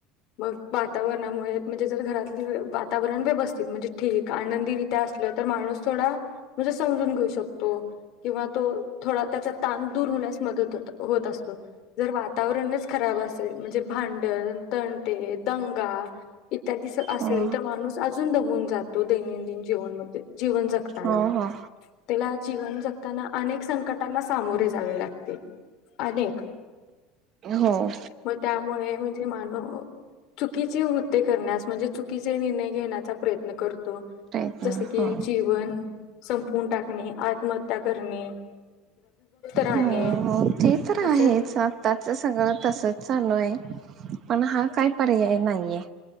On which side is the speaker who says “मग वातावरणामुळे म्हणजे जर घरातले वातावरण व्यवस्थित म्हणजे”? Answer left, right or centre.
Left